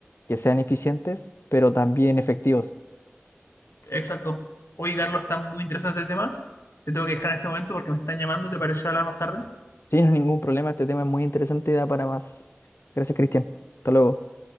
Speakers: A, on the left; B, on the left.
A: que sean eficientes, pero también efectivos.
B: Exacto. Oye, Carlos, está muy interesante el tema. Te tengo que dejar en este momento porque me están llamando. ¿Te parece hablar más tarde?
A: Sin ningún problema, este tema es muy interesante y da para más. Gracias, Cristian. Hasta luego.